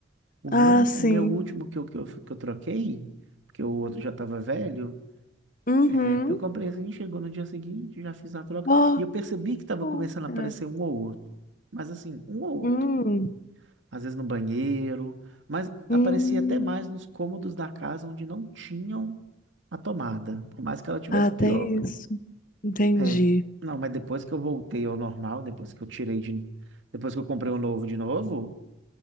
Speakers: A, on the right; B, on the left.
A: O meu,
B: Ah,
A: o
B: sim.
A: meu último que eu, que eu, que eu troquei, porque o outro já estava velho,
B: Uhum.
A: é, eu comprei assim, chegou no dia seguinte, já fiz a troca.
B: Ó.
A: E eu percebi que estava
B: Oh,
A: começando a
B: cara.
A: aparecer um ou outro. Mas assim, um ou
B: Hum.
A: outro. Às vezes no banheiro, mas aparecia
B: Hum.
A: até mais nos cômodos da casa onde não tinham a tomada, por mais que ela tivesse
B: Ah,
A: pior.
B: tem isso. Entendi.
A: É, não, mas depois que eu voltei ao normal, depois que eu tirei de, depois que eu comprei o novo de novo,